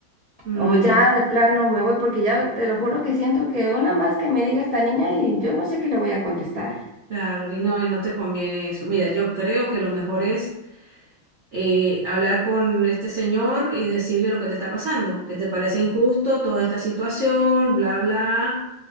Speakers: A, on the right; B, on the left.
A: Mm.
B: o ya de plano me voy? Porque ya te lo juro que siento que una más que me diga esta niña y yo no sé qué le voy a contestar.
A: Claro, y no, y no te conviene eso. Mira, yo creo que lo mejor es eh, hablar con este señor y decirle lo que te está pasando, que te parece injusto toda esta situación, bla, bla,